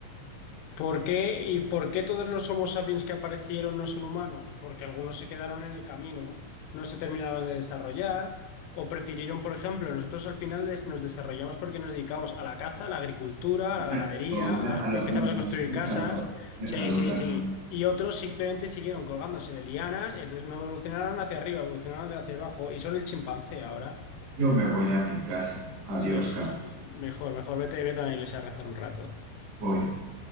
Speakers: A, on the left (about 90°); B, on the right (about 70°).
A: ¿Por qué? ¿Y por qué todos los Homo sapiens que aparecieron no son humanos? Porque algunos se quedaron en el camino, no se terminaron de desarrollar, o prefirieron, por ejemplo, nosotros al final des- nos desarrollamos porque nos dedicamos a la caza, a la agricultura, a
B: Déjalo,
A: la ganadería,
B: déjalo,
A: a- empezamos
B: Carlos,
A: a construir
B: déjalo,
A: casas,
B: déjalo,
A: sí, sí,
B: Carlos.
A: sí. Y otros simplemente siguieron colgándose de lianas, entonces no evolucionaron hacia arriba, evolucionaron de hacia abajo, y son el chimpancé ahora.
B: Yo me voy a mi casa. Adiós,
A: Sí, sí,
B: Carlos.
A: mejor, mejor, vete, vete a la iglesia a rezar un rato.
B: Voy.